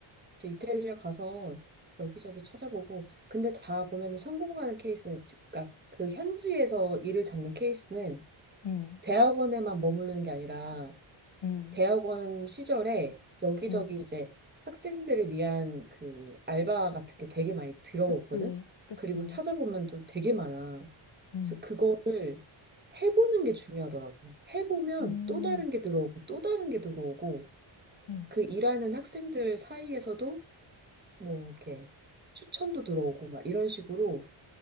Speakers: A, on the right; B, on the left.
A: 또 이태리에 가서 여기저기 찾아보고, 근데 다 보면 성공하는 케이스는, 그니까 그 현지에서 일을 잡는 케이스는
B: 음,
A: 대학원에만 머무르는 게 아니라,
B: 음,
A: 대학원 시절에 여기저기
B: 음.
A: 이제 학생들을 위한 그 알바 같은 게 되게 많이 들어오거든?
B: 그치, 그치.
A: 그리고 찾아보면 또 되게 많아.
B: 음,
A: 그래서 그거를 해보는 게 중요하더라고. 해보면
B: 음,
A: 또 다른 게 들어오고 또 다른 게 들어오고
B: 음,
A: 그 일하는 학생들 사이에서도 뭐 이렇게 추천도 들어오고 막 이런 식으로